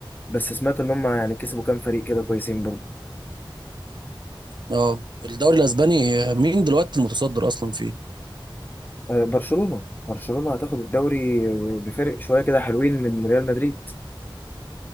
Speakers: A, on the left (about 20°); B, on the right (about 55°).
A: بس سمعت ان هم يعني كسبوا كام فريق كده كويسين برضو
B: اه الدوري الاسباني آه، مين دلوقتي المتصدر اصلا فيه
A: آه، برشلونه برشلونه هتاخد الدوري بفرق شويه كده حلوين من ريال مدريد